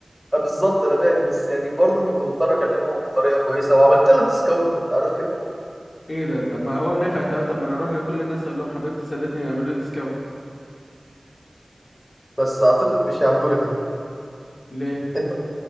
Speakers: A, in the centre; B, on the left.
A: آه، بالظبط انا بالي بس يعني برضو كنت مضطر اكلمه بطريقه كويسه وعملت له ديسكاونت انت عارف كده
B: ايه ده طب ما هو نفعت اهو طب ما انا اروح لكل الناس اقول لهم حبيبتي سابتني ويعملوا لي ديسكاونت
A: بس اعتقد مش هيعملوا لك
B: ليه
A: انت